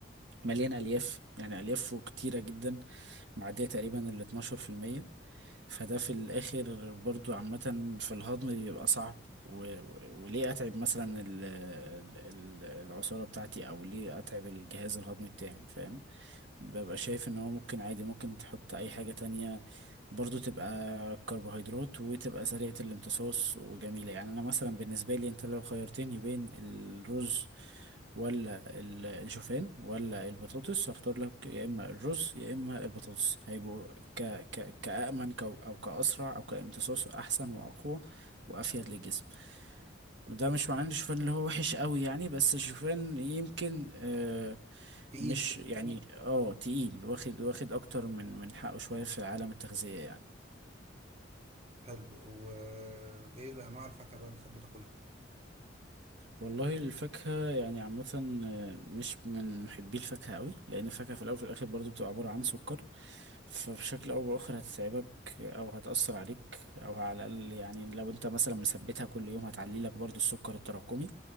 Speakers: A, on the right (about 70°); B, on the right (about 30°).
A: مليان ألياف يعني أليافه كتيرة جدا معدية تقريبا ال 12% فده في الآخر برضو عامة في الهضم بيبقى صعب و... و... وليه أتعب مثلا ال... ال... ال- العصارة بتاعتي أو ليه أتعب الجهاز الهضمي بتاعي فاهم ببقى شايف ان هو ممكن عادي ممكن تحط اي حاجة تانية برضو تبقى كربوهيدرات وتبقى سريعة الامتصاص وجميلة يعني انا مثلا بالنسبة لي انت لو خيرتني بين الرز ولا ال- الشوفان ولا البطاطس هختار لك يا اما الرز يا اما البطاطس هيبقوا ك ك كأمن كو- او كأسرع او كامتصاص احسن واقوى وافيد للجسم ده مش معناه ان الشوفان اللي هو وحش قوي يعني بس الشوفان يمكن آه،
B: تقيل
A: مش
B: شويه
A: يعني اه تقيل واخد واخد اكتر من من حقه شوية في عالم التغذية يعني
B: حلو وايه انواع الفاكهه بقى اللي بتحب تاكلها
A: والله الفاكهة يعني عامة آه، مش من محبي الفاكهة قوي لأن الفاكهة في الأول وفي الآخر برضو بتبقى عبارة عن سكر فبشكل أو بآخر هتتعبك أو هتأثر عليك أو على الأقل يعني لو أنت مثلا مثبتها كل يوم هتعلي لك برضو السكر التراكمي